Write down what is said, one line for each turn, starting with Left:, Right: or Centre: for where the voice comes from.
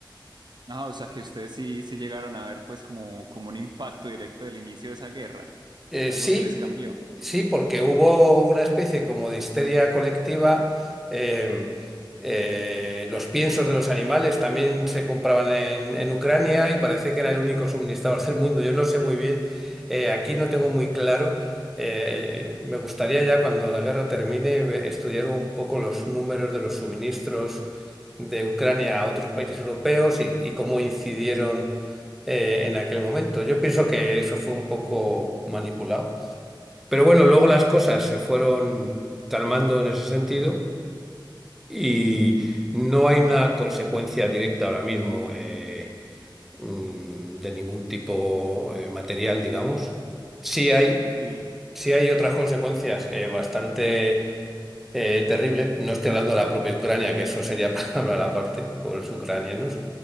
Right: Ah, o sea que ustedes sí, sí llegaron a ver pues como, como un impacto directo del inicio de esa guerra,
Centre: Eh,
Right: algo
Centre: sí,
Right: que les cambió.
Centre: eh, sí, porque hubo una especie como de histeria colectiva. em, eh, los piensos de los animales también se compraban en, en Ucrania y parece que era el único suministrador del mundo. Yo no sé muy bien, eh, aquí no tengo muy claro. eh, me gustaría ya cuando la guerra termine eh, estudiar un poco los números de los suministros de Ucrania a otros países europeos y, y cómo incidieron eh, en aquel momento. Yo pienso que eso fue un poco manipulado. Pero bueno, luego las cosas se fueron calmando en ese sentido y no hay una consecuencia directa ahora mismo eh, mm, de ningún tipo eh, material, digamos. Sí hay,
Right: Sí,
Centre: sí hay otras consecuencias eh, bastante eh, terrible. No estoy hablando de la propia Ucrania, que eso sería <laughs> para hablar aparte, pobres ucranianos,